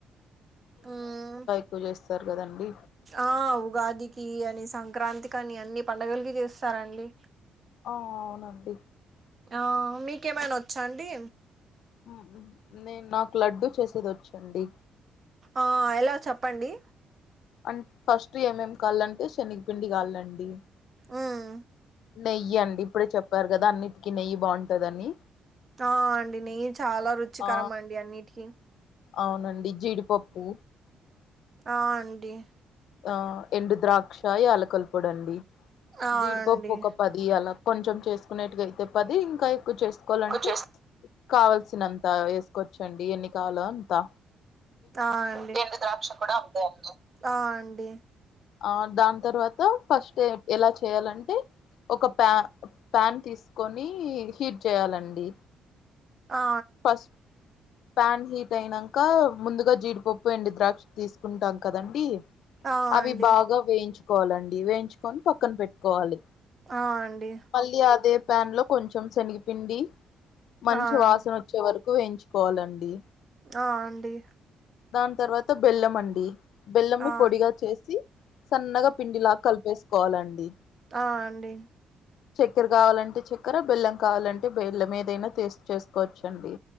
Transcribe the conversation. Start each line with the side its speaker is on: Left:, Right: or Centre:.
Right: ఉమ్మ్
Left: తు లేస్తారు కదండి
Right: ఆ ఉగాదికి అని సంక్రాంతికి అని అన్ని పండుగలకి చేస్తారండి
Left: ఆ అవునండి
Right: ఆ మీకేమైన వచ్చాండి
Left: ఆ నేను నాకు లడ్డూ చేసేది వచ్చండి
Right: ఆ ఎలా చెప్పండి
Left: అం ఫస్ట్ ఏమేమ్ కావాలంటే శనగపిండి కావాలండి
Right: హ్మ్.
Left: నెయ్యండి ఇప్పుడే చెప్పారు కదా అన్నిటికీ నెయ్యి బాగుంటదని
Right: ఆ అండి నెయ్యి చాలా రుచికరం
Left: ఆ
Right: అండి అన్నిటికి
Left: అవునండి జీడిపప్పు
Right: ఆ అండి
Left: ఆ ఎండు ద్రాక్ష యాలకుల పొడండి
Right: ఆ!
Left: జీడిపప్పు
Right: అండి.
Left: ఒక ప ది అలా కొంచెం చేసుకున్నేట్టుగా అయితే పది ఇంకా ఎక్కువ చేసుకోవాలంటే
Right: చేస్
Left: కావ ల్సినంత ఏసుకోవచ్చండి ఎన్నికావాలో అంతా
Right: ఆ ఆండి ఎండు ద్రాక్ష కూడా అంతే అండి ఆ అండి
Left: ఆ దాని తర్వాత ఫస్టే ఎలా చేయాలంటే ఒక ప్యా ప్యాన్ తీసుకొని హీట్ చేయాలండి
Right: ఆ
Left: ఫస్ ప్యాన్ హీట్ అయినంకా ముందుగా జీడిపప్పు ఎండు ద్రాక్ష తీసుకుంటాం కదండి
Right: ఆ అండి
Left: అవి బాగా వేయించుకోవాలండి వేయించుకొని పక్కన పెట్టుకోవాలి
Right: ఆ అండి
Left: మళ్ళీ అదే ప్యాన్‌లో కొంచెం శనిగపిండి మంచి
Right: ఆ అండి
Left: వాసన వచ్చేవరకు వేయించుకోవలండి
Right: ఆ అండి
Left: దాని తర్వాత బెల్లమండి బెల్లంని
Right: ఆ
Left: పొడిగా చేసి సన్నగా పిండిలాగా కలిపేసుకోవలండి
Right: ఆ అండి
Left: చక్కెర కావాలంటే చక్కెర బెల్లం కావాలంటే బెల్లం ఏదైనా తెసి చేేసుకోవచ్చండి